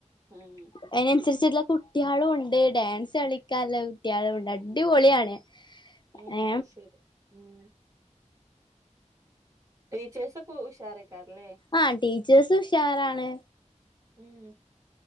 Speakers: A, on the right (about 25°); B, on the left (about 40°).
A: ഉം
B: അതിനൻസരിച്ട്ട്ള്ള കുട്ട്യേളുണ്ട് ഡാൻസ് കളിക്കാൻല്ലെ കുട്ട്യാളൂണ്ട് അടിപൊളിയാണ്.
A: ഏഹ്
B: ഏ
A: അത് ശരി ഉം ടീച്ചേഴ്‌സൊക്കെ ഉഷാറേയ്ക്കാരല്ലേ?
B: ആഹ് ടീച്ചേഴ്സ് ഉഷാറാണ്.
A: ഉം